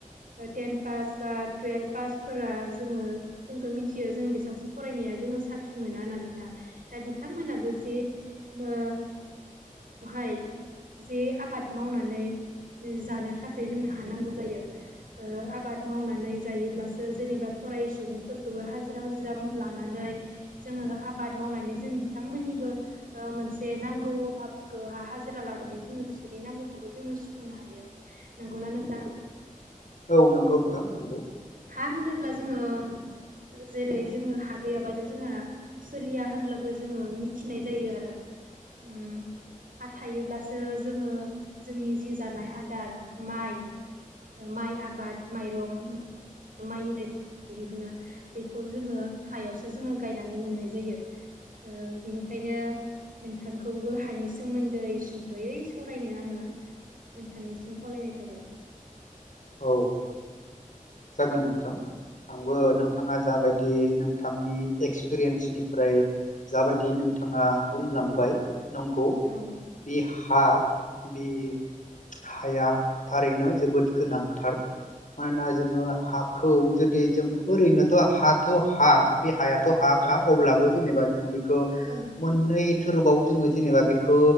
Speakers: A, on the right; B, on the left.
A: ओ टेन पास बा टुवेल्भ पासफोरा जोङो जोंथ' मिथियो जों बेसेसो फरायनाया जो ङो साख्रि मोना होन्नानैहा दा बिथांमोनाबो जे मो अहाय जे आबाद मावनानै जानो थाखै जोंनो हा नांगौ जायो। ओ आबाद मावनानै जायोब्लासो जेनेबा फरायि सुबुंफोरखौबो हाजिरा हुजिरा लानानै जोङो आबाद मावनानै जों बिथांमोननिबो ओ मोनसे नांगौ अभाब खौहा हाजिरा लानानै जोङो बिसोरनि नांगौखौबो जोङो सुफुंनो हायो नंगौना नोंथां।
B: औ नंगौ नोंथां नंगौ।
A: हा होनोब्ला जोङो जेरै जोङो हा गैयाबानो जोंहा सोलिया होनब्लाबो जोङो मिथिनाय जायो आरो। ओम। हा थायोब्लासो जोङो जोंनि जि जानाय आदार माइ माइ आबाद माइरं माइ <unintelligible> दिहुनो बेखौ जोङो हायावसो जोङो गायनानै मोननाय जायो। ओ बिनिखायनो नोंथांखौबो हानि सोमोन्दै सुंद'यै सावरायनो आङो नोंथांनिसिम खावलायनाय थाबाय।
B: औ। जागोन नोंथां आंबो नोंथाङा जाबा यदियै नोंथांनि एक्सपिरियेन्सनिफ्राय जाबादि नोंथाङा बुंलांबाय, नंगौ
A: औ
B: बे हा बे हाया थारैनो जोबोद गोनांथार मानोना जोङो हाखौ जुदि जों ओरैनोथ' हाथ' हा बे हायाथ' हाखा अब्ला बो जेनेबा जों बे खो
A: औ
B: मोननै थोरोबाव जोङो जेनेबा बेखो